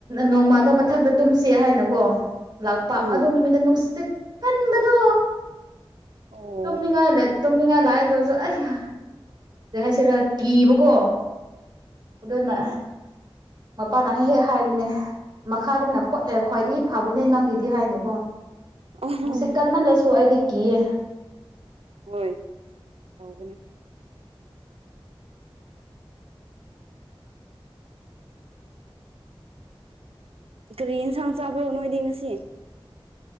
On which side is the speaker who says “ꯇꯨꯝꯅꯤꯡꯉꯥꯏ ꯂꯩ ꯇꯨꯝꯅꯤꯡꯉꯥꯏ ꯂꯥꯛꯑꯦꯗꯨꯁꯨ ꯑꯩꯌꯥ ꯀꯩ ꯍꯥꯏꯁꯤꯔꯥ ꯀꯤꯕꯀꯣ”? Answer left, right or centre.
Right